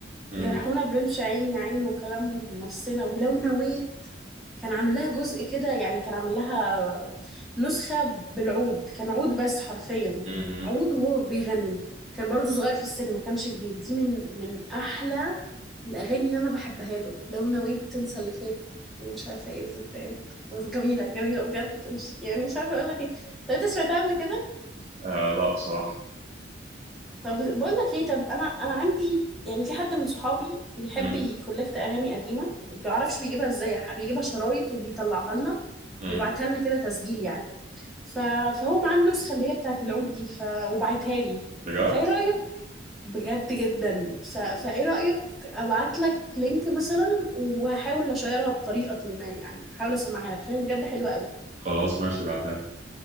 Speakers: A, on the right (about 35°); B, in the centre.
A: مم،
B: جرحونا برمش عين يا عين وكلامهم مسنا ولو نويت كان عامل لها جزء كده يعني كان عامل لها نسخة بالعود كان عود بس حرفيا
A: مم، مم.
B: عود وهو بيغني كان برضو صغير في السن ما كانش كبير دي من من احلى الاغاني اللي انا بحبها له لو نويت تنسى اللي فات ومش عارفه ايه الذكريات بس جميله جميله بجد مش يعني مش عارفه اقول لك ايه طب انت سمعتها قبل كده
A: آه لا بصراحه
B: طب بقول لك ايه طب انا انا عندي يعني في حد من صحابي بيحب
A: مم،
B: يكولكت اغاني قديمه ما بيعرفش بيجيبها ازاي بيجيبها شرايط وبيطلعها لنا
A: مم.
B: ويبعتها لنا كده تسجيل يعني ف... فهو معاه النسخه اللي هي بتاعت العود دي ف... وبعتها لي
A: بجد
B: فايه رايك بجد جدا ف...
A: مم.
B: فايه رأيك ابعت لك لينك مثلا وهحاول اشيرها بطريقة ما يعني هحاول اسمعها لك عشان بجد حلوة قوي
A: خلاص ماشي بعتها